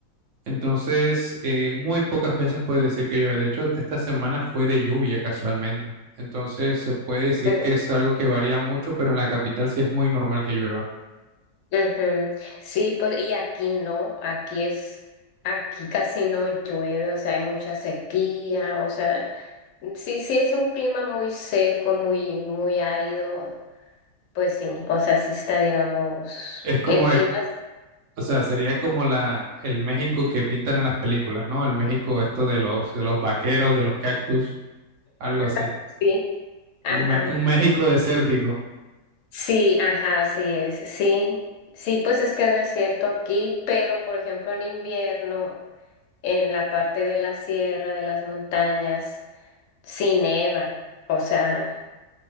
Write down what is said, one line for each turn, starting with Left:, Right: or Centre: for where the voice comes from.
Right: Entonces, eh, muy pocas veces puede decir que llueve. De hecho, esta semana fue de lluvia casualmente. Entonces, se puede decir
Left: mm.
Right: que es algo que varía mucho, pero en la capital sí es muy normal que llueva.
Left: Ujú. Sí, pues y aquí no, aquí es, aquí casi no llueve, o sea, hay mucha sequía, o sea, sí, sí es un clima muy seco, muy, muy árido, pues sí, o sea, sí está, digamos,
Right: Es como,
Left: el clima,
Right: eh,
Left: es-
Right: o sea, sería como la, el México que pintan en las películas, ¿no? El México esto de los, de los vaqueros, de los cactus, algo así.
Left: <laughs> sí, ajá,
Right: Un, Me- un México desértico.
Left: sí, ajá, así es, sí, sí, pues es que es desierto aquí, pero por ejemplo en invierno, en la parte de la sierra, de las montañas, sí neva, o sea.